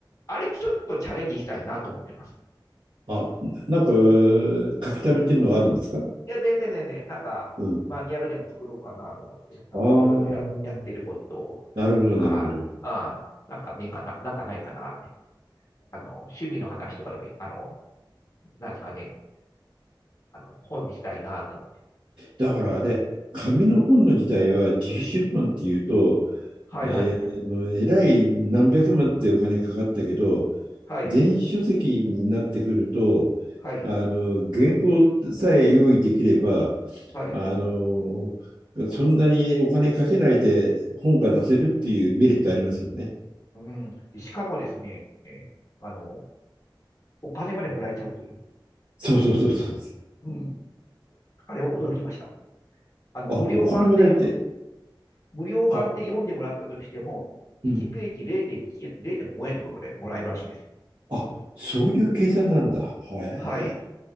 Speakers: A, on the left; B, on the right.
A: あれちょっとチャレンジしたいなと思ってます。
B: あ、なんか書き溜めてるのがあるんですか
A: いや、全然全然、なんか、
B: うん。
A: マニュアルでも作ろうかなと思って、なんかいろいろや、
B: ああ、
A: やってることを、
B: なるほど、
A: はい。
B: なるほど。
A: ああ、なんかねえかな、なんかないかなって。あの、趣味の話とかでも、あの、なんですかね、あの、本にしたいなと思って。
B: だからあれ、紙の本の時代は自費出版っていうと、
A: うん。はいはい。
B: えー、あのえらい何百万ってお金かかったけど、
A: はい。
B: 電子書籍になってくると、
A: はい。
B: あの、原稿さえ用意できれば、
A: はい。
B: あの、そんなにお金かけないで本が出せるっていうメリットありますよね。
A: うん。でしかもですね、あの、お金までもらえちゃうという。
B: そうそうそうそう。
A: うん。あれを驚きました。あの、
B: あ、
A: 無料版で読ま、
B: お金もらえて、
A: 無料版で読んでもらったとしても、
B: あ、うん。
A: 1ページ0.1、0.5円とかぐらいもらえるらしいですよ。
B: あ、そういう計算なんだ。へえ。
A: はい。